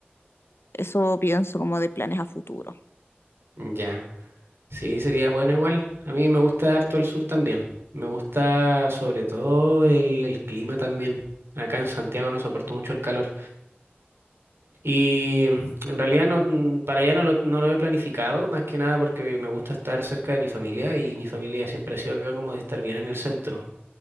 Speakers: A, on the left; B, on the right.
A: eso pienso como de planes a futuro.
B: Ya. Sí, sería bueno igual. A mí me gusta harto el sur también. Me gusta sobre todo el, el clima también. Acá en Santiago no soporto mucho el calor. Y en realidad no, mm, para allá no lo, no lo he planificado, más que nada porque me gusta estar cerca de mi familia y mi familia siempre ha sido acá como de estar bien en el centro.